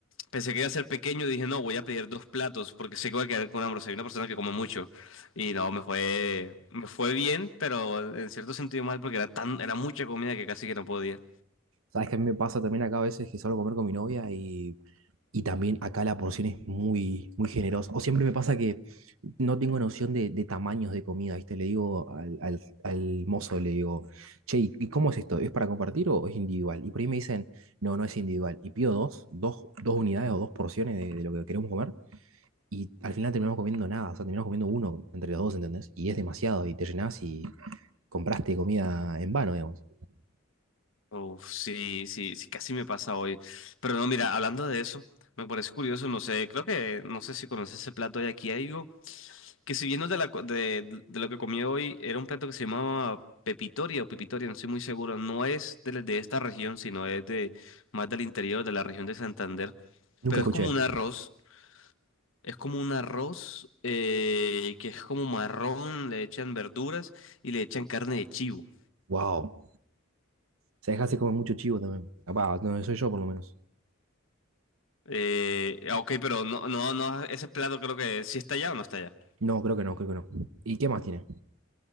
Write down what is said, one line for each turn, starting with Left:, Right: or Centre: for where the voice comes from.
Left: pensé que iba a ser pequeño y dije, no, voy a pedir dos platos porque sé que voy a quedar con hambre. Soy una persona que come mucho. Y no, me fue, me fue bien, pero en cierto sentido mal porque era tan, era mucha comida que casi que no podía.
Right: Sabes que a mí me pasa también acá a veces que salgo a comer con mi novia y Y también acá la porción es muy, muy generosa. O siempre me pasa que no tengo noción de, de tamaños de comida, ¿viste? Le digo al, al- al mozo, le digo, che, ¿y y cómo es esto? ¿Es para compartir o es individual? Y por ahí me dicen, no, no es individual. Y pido dos, dos, dos unidades o dos porciones de, de lo que queremos comer. Y al final terminamos comiendo nada, o sea, terminamos comiendo uno entre los dos, ¿entendés? Y es demasiado, y te llenás y compraste comida en vano, digamos.
Left: Uf, sí, sí, sí, casi me pasa hoy. Pero no, mira, hablando de eso, me parece curioso, no sé, creo que, no sé si conoces ese plato de aquí, hay algo que si viendo de, la, co- de, de lo que comí hoy, era un plato que se llamaba pepitoria o pepitoria, no estoy muy seguro, no es de, de esta región, sino es de más del interior, de la región de Santander,
Right: Nunca
Left: pero
Right: escuché.
Left: es como un arroz. Es como un arroz eh, que es como marrón, le echan verduras y le echan carne de chivo.
Right: Wow. O sea, dejás de comer mucho chivo también. Capaz, no soy yo por lo menos.
Left: Eh, ah, ok, pero no, no, no, ese plato creo que sí está allá o no está allá.
Right: No, creo que no, creo que no. ¿Y qué más tiene?